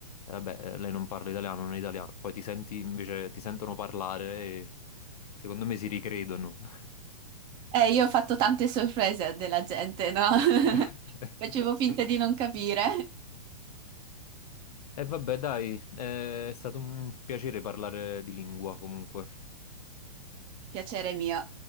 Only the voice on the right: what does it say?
Eh, io ho fatto tante sorprese della gente, no? <laughs>
Facevo finta di non capire.
Piacere mio.